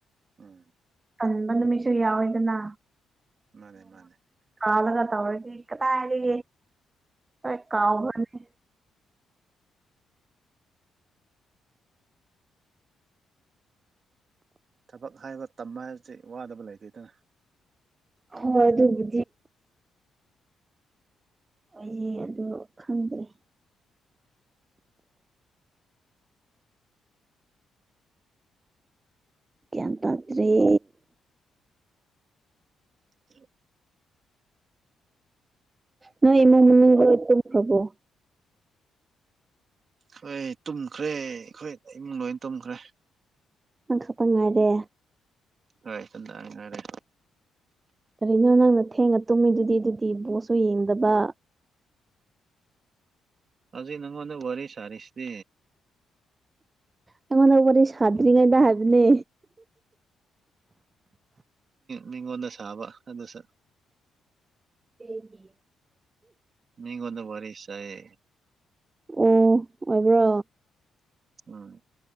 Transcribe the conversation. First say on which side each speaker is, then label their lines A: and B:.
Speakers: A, on the right; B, on the right.
A: ꯎꯝ
B: ꯀꯟꯕ ꯅꯨꯃꯤꯠꯁꯨ ꯌꯥꯎꯋꯦꯗꯅ
A: ꯃꯥꯅꯦ ꯃꯥꯅꯦ
B: ꯀꯥꯂꯒ ꯇꯧꯔꯒ ꯀꯗꯥ ꯍꯥꯏꯔꯤ ꯀ ꯀꯥꯎꯕꯅꯦ
A: ꯊꯕꯛ ꯍꯥꯏꯕ ꯇꯝꯕ ꯍꯥꯏꯗꯤ ꯋꯥꯗꯕ ꯂꯩꯇꯦꯗꯅ
B: ꯍꯣꯏ ꯑꯗꯨꯕꯨ ꯑꯩꯁꯦ ꯑꯗꯨ ꯈꯪꯗ꯭ꯔꯦ ꯀꯦꯇꯗꯔꯤ
A: ꯍ
B: ꯅꯣꯏꯃ ꯃꯠꯇꯝ ꯐ꯭ꯔꯕꯣ
A: ꯍꯣꯏ ꯇꯨꯝꯈ꯭ꯔꯦ ꯑꯩꯈꯣꯏ ꯏꯃꯨꯡ ꯂꯣꯏ ꯇꯨꯝꯈ꯭ꯔꯦ
B: ꯑ ꯀꯄ ꯉꯔꯦ
A: ꯍꯣꯏꯗꯥꯉꯔꯦ
B: ꯀꯔꯤꯅꯣ ꯅꯪꯅ ꯊꯦꯡꯉ ꯇꯨꯝꯃꯤꯗꯨꯗꯤ ꯑꯗꯨꯗꯤ ꯕꯣꯁꯁꯨ ꯌꯦꯡꯗꯕ
A: ꯑꯗꯨꯖꯤ ꯅꯪꯟꯅ ꯋꯥꯔꯤ ꯁꯔꯤꯁꯤꯗꯤ
B: ꯑꯩꯉꯣꯟꯗ ꯋꯥꯔꯤ ꯁꯥꯗ꯭ꯔꯤꯉꯩꯗ ꯍꯥꯏꯕꯅꯦ
A: ꯃꯥꯉꫭꯟꯗ ꯁꯕ ꯑꯗꯨꯁꯨ
B: ꯁꯤꯒꯤ
A: ꯃꯤꯒꯣꯗ ꯋꯥꯔꯤꯔꯁꯑꯦ
B: ꯑꯣ ꯑꯣꯏꯕ꯭ꯔꯣ
A: ꯎꯝ